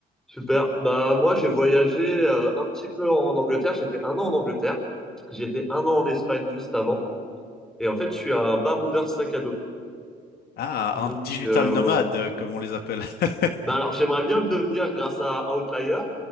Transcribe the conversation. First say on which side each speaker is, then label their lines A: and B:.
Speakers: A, in the centre; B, on the left.
A: Super. Bah moi j'ai voyagé euh, un petit peu en Angleterre. J'ai fait un an en Angleterre. J'ai fait un an en Espagne juste avant. Et en fait je suis un baroudeur sac à dos.
B: Ah,
A: Donc
B: un digital
A: euh,
B: nomade,
A: voilà.
B: euh, comme on les appelle. <laughs>
A: Bah alors j'aimerais bien le devenir grâce à Outlier.